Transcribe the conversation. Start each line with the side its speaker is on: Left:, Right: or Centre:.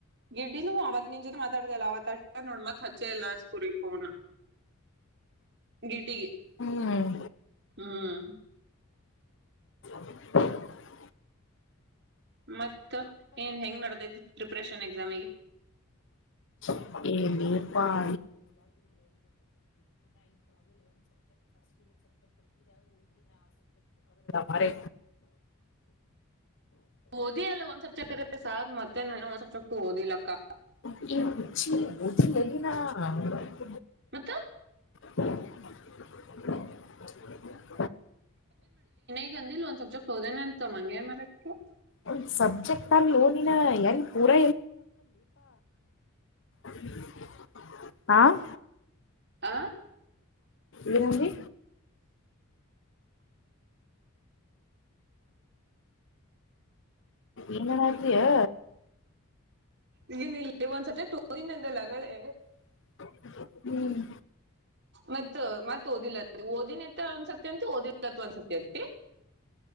Right: ಗಿರ್ಡ್ಡಿನು ಅವತ್ ನಿನ್ ಜೊತೆ ಮಾತಾಡತಲ್ಲ ಅವತ್ ಅಷ್ಟೆ ನೋಡ ಮತ್ ಹಚ್ಚೆ ಇಲ್ಲ ಸ್ಪೂರಿಗ್ ಫೋನ ಗಿಡ್ಡಿಗಿ
Left: ಹ್ಮ್
Right: ಹ್ಮ್
Left: <inaudible>
Right: ಮತ್ತ ಏನ್ ಹೆಂಗ್ ನಡದೈತಿ? ಪ್ರಿಪ್ರೇಷನ್ ಎಕ್ಸಾಮಿಗೆ?
Left: <unintelligible> ಕವಲಡ ಮಾರೆ
Right: ಓದಿ ಅಲ್ ಒಂದ್ ಸಬ್ಜೆಕ್ಟ್ ಆರೆ ಸಾಕ್ ಮತ್ತೆ ನಾ ಇನ್ಯಾವ ಸಬ್ಜೆಕ್ಟ್ ಓದಿಲ್ಲಕ್ಕ
Left: <unintelligible>
Right: ಮತ್ತ
Left: <inaudible>
Right: ಈ ಒಂದ್ ಇಲ್ ಒಂದ್ ಸಬ್ಜೆಕ್ಟ್ ಹೋದೇನೆ ಅಂತ ಮಂಗ್ಯಾ ಮಾರಕ್ತ್ಯ
Left: ಒಂದ್ ಸಬ್ಜೆಕ್ಟ್ ಅಲ್ ಹೋಗಿಲ್ಲ ಎಲ್ ಪೂರ <unintelligible> ಹಾಂ
Right: ಆ
Left: ಏನಂದಿ? ಏನಾರ ತಿಯಾ
Right: ಇಂಜಿನಿಯರಿಂಗ್ ಅಲ್ಲಿ ಒಂದ್ ಸಬ್ಜೆಕ್ಟ್ ಹೋಗಿನಿ ಅಂದಲ್ಲ ಅದಳೆ
Left: <unintelligible> ಹ್ಮ್
Right: ಮತ್ ಮತ್ ಓದಿಲ್ಲತ್ ಅಂತಿ ಓದಿನತ್ತ ಒಂದಸತಿ ಅಂತಿ ಓದಿಲ್ಲತ್ ಒನ್ಸತಿ ಅಂತಿ